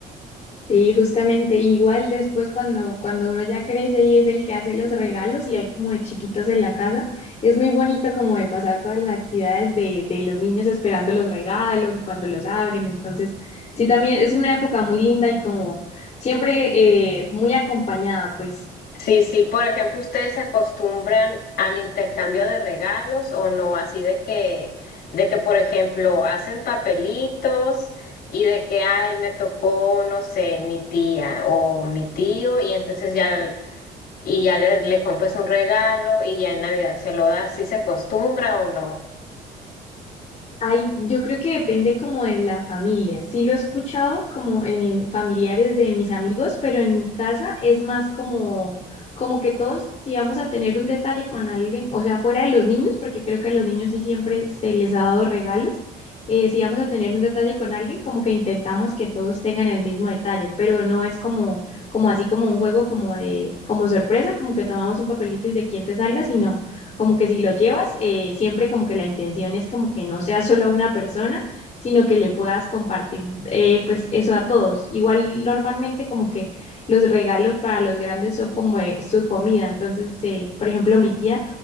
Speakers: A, on the left (about 45°); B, on the left (about 70°).
A: Sí, justamente, Y igual después cuando, cuando uno ya crece y es el que hace los regalos y hay como de chiquitos en la casa, es muy bonito como de pasar todas las actividades de, de los niños esperando los regalos y cuando los abren. Entonces, sí, también es una época muy linda y como siempre eh, muy acompañada, pues.
B: Sí, sí, por ejemplo, ¿ustedes se acostumbran al intercambio de regalos o no? Así de que, de que, por ejemplo, hacen papelitos y de que, ay, me tocó, no sé, mi tía o mi tío y entonces ya, y ya le, le compras un regalo y ya en Navidad se lo das, ¿sí se acostumbra o no?
A: Ay, yo creo que depende como de las familias. Sí lo he escuchado como en familiares de mis amigos, pero en mi casa es más como, como que todos si vamos a tener un detalle con alguien, o sea, fuera de los niños, porque creo que a los niños sí siempre se les ha dado regalos. eh, si vamos a tener un detalle con alguien, como que intentamos que todos tengan el mismo detalle, pero no es como, como así como un juego como de, como sorpresa, como que tomamos un papelito y de quién te salga, sino como que si lo llevas, eh, siempre como que la intención es como que no sea solo a una persona, sino que le puedas compartir eh, pues eso a todos. Igual normalmente como que los regalos para los grandes son como eh, su comida. Entonces, eh, por ejemplo, mi tía